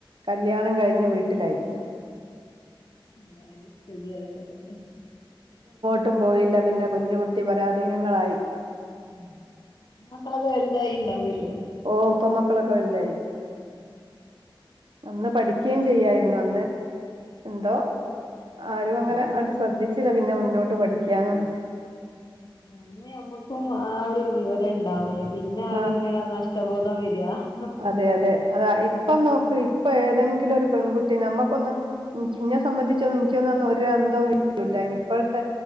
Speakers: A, on the right; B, on the left.
A: കല്യാണം കഴിഞ്ഞ് വീട്ടിലായി.
B: എല്ലാരെയും സ്ഥിതി അതൊക്കെ തന്നെ
A: ഒട്ടും പോയില്ല പിന്നെ കുഞ്ഞുകുട്ടി പരാധീനങ്ങളായി.
B: ആ മക്കളൊക്കെ വലുതായിണ്ടാവൊല്ലോ?
A: ഓ ഇപ്പൊ മക്കളൊക്കെ വലുതായി.
B: <inaudible>
A: അന്ന് പഠിക്ക്യേം ചെയ്യായിരുന്നു അന്ന് എന്തോ ആരും അങ്ങനെ
B: ആന്ന്
A: അത് ശ്രദ്ധിച്ച് പിന്നെ പിന്നെ മുന്നോട്ട് പഠിക്യനൊന്നും.
B: അന്ന് ഞമ്മക്കും ആ ഒരു വിവരം ഇണ്ടാവൂല പിന്നാണ്
A: ആ
B: ഇങ്ങനെ നഷ് ട്ടബോധം വെര് ഹ
A: അതെ അതെ അതാ ഇപ്പം നോക്ക് ഇപ്പൊ ഏതെങ്കിലും ഒരു പെൺകുട്ടി നമുക്കൊന്ന് ഇൻക്ക് ഇനെ സംബന്ധിച്ചൊന്നും നിക്കൊന്നും ഒര അന്ധവുമില്ലാഇനി ഇപ്പോഴത്തെ